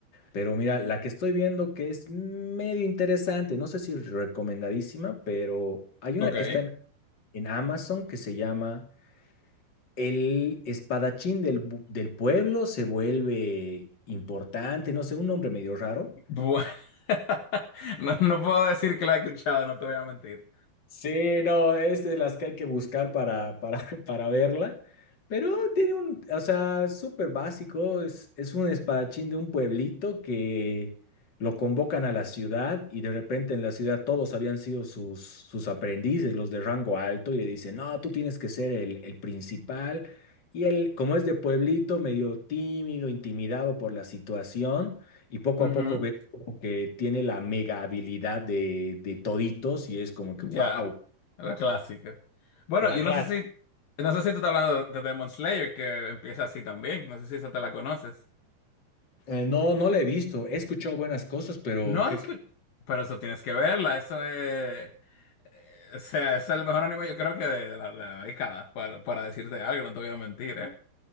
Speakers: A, on the left (about 30°); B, on the left (about 60°).
A: Pero mira, la que estoy viendo que es medio interesante, no sé si recomendadísima, pero hay
B: ok.
A: una que está en, en Amazon que se llama... El espadachín del, bu- del pueblo se vuelve importante, no sé, un nombre medio raro.
B: Bueno, <laughs> no, no puedo decir que la he escuchado, no te voy a mentir.
A: Sí, no, es de las que hay que buscar para, para, <laughs> para verla. Pero tiene un, o sea, súper básico. Es, es un espadachín de un pueblito que lo convocan a la ciudad y de repente en la ciudad todos habían sido sus, sus aprendices, los de rango alto, y le dicen, no, tú tienes que ser el, el principal. Y él, como es de pueblito, medio tímido, intimidado por la situación, y poco
B: Ujú,
A: a poco ve como que tiene la mega habilidad de, de toditos y es como que,
B: Ya,
A: wow,
B: la clásica. Bueno,
A: la
B: yo
A: clase.
B: no sé si, no sé si tú estás hablando de Demon Slayer, que empieza así también, no sé si esa te la conoces.
A: Eh, no, no la he visto. He escuchado buenas cosas, pero
B: No
A: que,
B: he escuchado,
A: que-
B: pero eso tienes que verla, eso de... eh, O sea, es el mejor anime yo creo que de, de la, de la década, para, para decirte algo, no te voy a mentir, ¿eh?